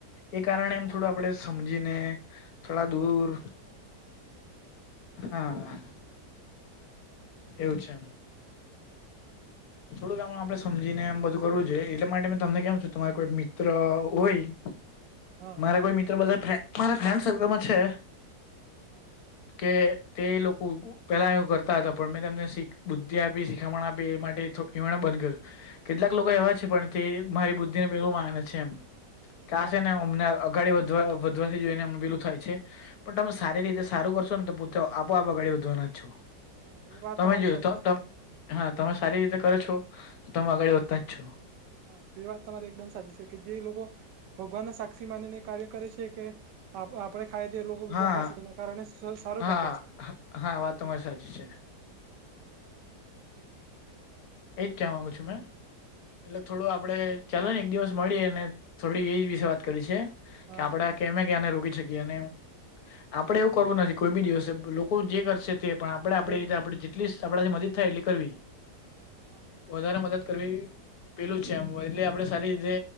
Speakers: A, on the left; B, on the right.
A: એ કારણે એમ
B: હા
A: થોડું આપડે સમજીને, થોડા દૂર હા. એવું છેમ. થોડુંક આપડ સમજીને એમ બધું કરવું છે એટલા માટે મે તમને કેમ છ તમારે કોઈ મિત્ર હોય
B: હા
A: મારા કોઈ મિત્ર બધા મારા ફ્રેન્ડ સર્કલમાં છે.
B: હા.
A: કે તે લોકો પેલા એવું કરતા હતા પણ મેં તમને બુદ્ધિ આપી, શીખામણ આપી એ માટે બંધ કર્યું. કેટલાક લોકો એવા છે પણ તે મારી બુદ્ધિ ને પેલું માગને છે એમ કે
B: હા
A: આશે ને અમને અગાડી વધવા વધવાથી જોઈને અમ બીલું થાય છે પણ તમે સારી રીતે સારું કરશો ને તો આપોઆપ અગાડી વધવાના જ છો.
B: હા એ વાત
A: તમે
B: તમારી
A: જો
B: સાચી
A: તો
B: છે
A: ત હા તમે સારી રીતે કરો છો તો તમે આગળ વધતા જ છો.
B: હા તે વાત તમારે એકદમ સાચી છે કે જે લોકો ભગવાન ના સા <unintelligible> ની કાર્ય કરે છે કે આપ આપણે ખાય તે લોકો
A: હા
B: બીજયા ખાશે એના કારણ એ સ સારું
A: હા
B: પક્વે છે.
A: હા વાત તો મારી સાચી છે. એજ કેવા માંગુ છું મેં. એટલે થોડું આપડે ચલે ને એક દિવસ મળી અને થોડી એજ વિશે વાત કરી છે,
B: હા
A: કે આપડે કેમે ક્યાને રોકી શકીએ અને આપડે એવું કરવું નથી કોઈ બી દિવસે લોકો જે કરશે પણ આપડે આપડી
B: તેજ
A: રીતે
B: ને
A: આપણે જેટલી, આપડાથી મદદ થાય એટલી કરવી
B: હા
A: વધારે મદદ કરવી પેલું છે, એમ એટલે આપડે સારી રીતે